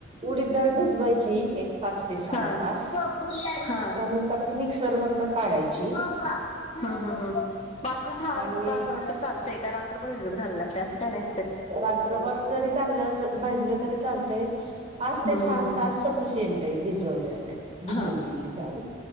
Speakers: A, on the right; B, on the left.
A: उडीद दाळ भिजवायची एक पाच ते सहा
B: हा
A: तास
B: पप्पा बोलाले हा
A: त्यानंतर ती मिक्सरवरऽ वरण काढायचीऽ
B: मम्मा मम्मा पप्पा हम हम हम पाच ते सहा
A: आणि
B: तासानंतर चालतय काय रात्रभर भिजत घालायला लागतेय काय असं काय नाही
A: रात्रभर जरी चाललं त भाजलं तरी चालतय पाच
B: हम्म
A: ते सहा
B: हम्म हम्म
A: तास सफिशियंट ते भिजवलेली भिजवलेली
B: हा
A: डाळ